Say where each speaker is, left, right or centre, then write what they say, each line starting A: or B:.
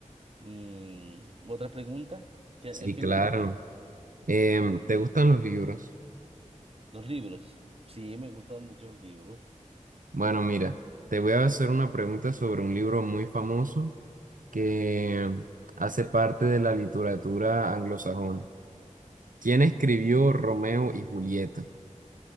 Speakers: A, on the right; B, on the right.
A: Mm, otra pregunta, ¿qué-
B: sí,
A: ¿a quién
B: claro.
A: le toca?
B: Em, ¿te gustan los libros?
A: Los libros. Sí, me gustan mucho los libros.
B: Bueno, mira, te voy a hacer una pregunta sobre un libro muy famoso que hace parte de la literatura anglosajona. ¿Quién escribió Romeo y Julieta?